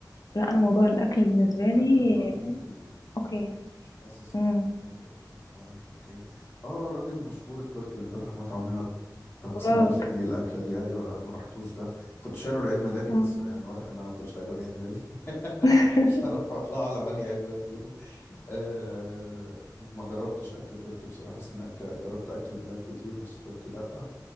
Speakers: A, on the left; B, on the left.
A: لا انا موضوع الاكل
B: آه،
A: بالنسبة لي
B: اكل تركي
A: اوكي
B: مش حاسس
A: م.
B: ان انا اكلت في مطاعم تركية اه الراجل المشهور التركي اللي فتح مطعم هنا بخمسين
A: براك
B: الف جنيه الاكلة دي ايوه لا ما رحتوش ده كنت شايله لعيد ميلادي
A: آه.
B: بس يعني واضح ان انا هفضل شايله لعيد ميلادي <laughs>
A: <laughs>
B: مش هروح اطلع على انهي عيد ميلاد فيهم أه ما جربتش اكل تركي بصراحه حاسس ان أك... جربت اكل بلاد كتير بس تركي لا